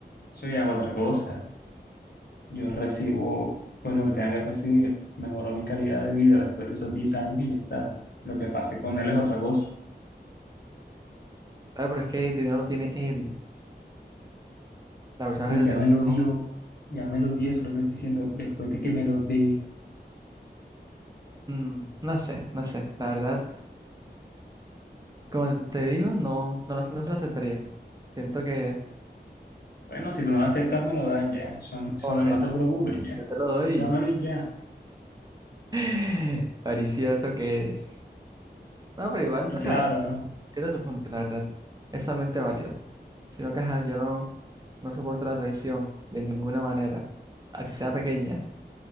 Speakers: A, on the left (about 60°); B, on the right (about 20°).
A: Eso ya es otra cosa. Yo recibo, pues, lo que tenga que recibir. Mejoró mi calidad de vida después de esos 10 años y ya está. Lo que pase con él es otra cosa.
B: claro, pero es que el dinero lo tiene él, la persona
A: Pues
B: que
A: ya
B: te
A: me
B: traicionó.
A: lo dio, ya me lo dio, eso es lo que estoy diciendo, después de que me lo dé.
B: Mm, no sé, no sé, la verdad, como te digo, no, no, lo sé, no se lo aceptaría. Siento que,
A: Bueno, si tú no lo aceptas, me lo das ya, son,
B: ah, bueno,
A: no
B: ya,
A: no te preocupes ya,
B: yo te lo doy.
A: dámelo y ya.
B: <laughs> Paricioso que eres. No, pero igual,
A: Y
B: o
A: claro,
B: sea,
A: ¿no?
B: entiendo tu punto, la verdad. Es totalmente válido. Sino que, ajá, yo no, no soporto la traición de ninguna manera, así sea pequeña.